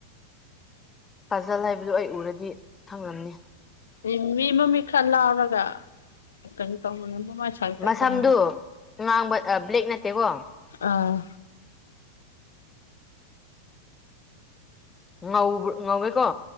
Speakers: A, on the left; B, on the left.
A: ꯄꯥꯖꯜ ꯍꯥꯏꯕꯗꯨ ꯑꯩ ꯎꯔꯗꯤ ꯊꯪꯂꯝꯅꯤ
B: ꯎꯝ ꯃꯤ ꯃꯃꯤꯠ ꯈꯔ ꯂꯥꯎꯔꯒ ꯀꯩꯅꯣ ꯇꯧꯕꯅ ꯆ ꯊ
A: ꯃꯁꯝꯗꯨ
B: ꯇꯔ
A: ꯉꯥꯡꯕ ꯕ꯭ꯂꯦꯛ ꯅꯠꯇꯦꯀꯣ
B: ꯑꯥ
A: ꯉꯧꯕ ꯉꯧꯋꯦꯀꯣ